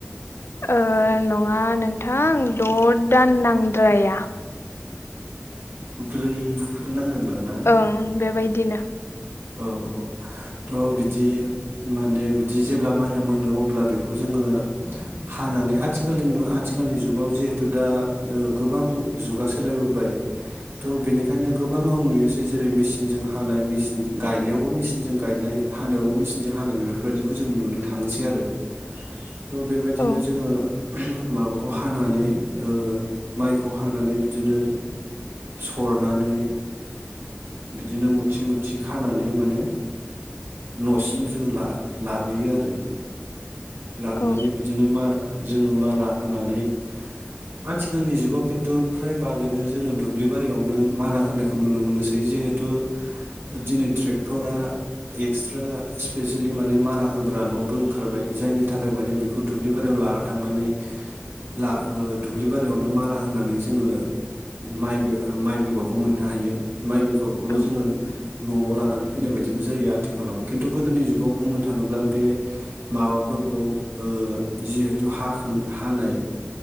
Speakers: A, on the left; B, on the right.
A: ओ नङा नोंथां द' दान नांद्राया
B: ब्रैफोर नांगोनदां ना
A: ओं बेबायदिनो
B: औ औ थ' बिदि माने बिदि जेब्ला माइया मोनो अब्ला बेखौ जोङो हानानै आथिखालनि आथिखालनि जुगाव जिहेथु दा गोबां जुगा सोलायबोबाय थ' बेनिखायनो गोबाङाव नुयोसै जेरै मेचनजों हानाय मेचनजों गायनायावबो मेचिनजों गायनाय हानायावबो मेचिनजों हानाय बेफोरबायदिखौ जों नुनो थाङोसै आरो
A: <inaudible>
B: थ' बेबायदिनो
A: औ
B: जोङो माबाखौ हानानै ओ माइखौ हानानै बिदिनो सरनानै बिदिनो मुथि मुथि खानानै माने न'सिम जों ला-लाबोयो आरो लाबोनानै
A: औ
B: बिदिनो मार जोङो मारा होनानै आथिखालनि जुगाव खिन्थु फ्राय बागैनो जोङो दुब्लि बारियावनो मारा होनायखौ नुनो मोनोसै जि जिहेथु दिनै ट्रेक्टरा एक्स्रा स्पेसियेलि माने मारा होग्राल'बो ओंखारबाय जाय नि थाखाय माने बेखौ दुब्लि बारियाव लाना थांनानै ला ओ दुब्लि बारियावनो मारा होनानै जोङो माइगो माइ बेगरखौ मोननो हायो माइ बेगरखौल'
A: औ
B: जोङो न'आव लानानै फैनाय बायदिबो जायो आथिखालाव खिन्थु गोदोनि जुगाव बुंनो थाङोब्ला बे माबाफोरखौ ओ जिहेथु हाखो हानाय